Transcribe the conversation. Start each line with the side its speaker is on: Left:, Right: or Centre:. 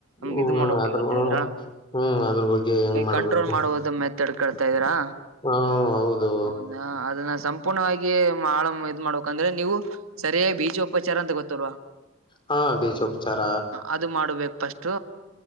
Left: ಹ್ಮ್
Right: ಇದು ಮಾಡೋ
Left: ಅದ್ರ
Right: ಹೇಳ್ತಿದ್ರ
Left: ಹ್ಮ್ ಅದ್ರ ಬಗ್ಗೆ ಹೆಂಗ್ ಮಾಡ್ಬೇಕು
Right: ಕಂಟ್ರೋಲ್ ಮಾಡುವುದು ಮ ತಡ್ಕಳ್ತಾ ಇದೀರಾ.
Left: ಹಾ ಹೌದು.
Right: ಹೌದಾ ಅದನ್ನ ಸಂಪೂರ್ಣವಾಗಿ ಆಳ ಇದ್ ಮಾಡ್ಬೇಕಂದ್ರೆ ನೀವು ಸರಿಯೇ ಬೀ ಉಪಚಾರ ಅಂತ ಗೊತ್ತೋಲ್ವಾ.
Left: ಹಾ ಬೀಜ ಉಪಚಾರ.
Right: ಅದು ಮಾಡಬೇಕು ಫಸ್ಟ್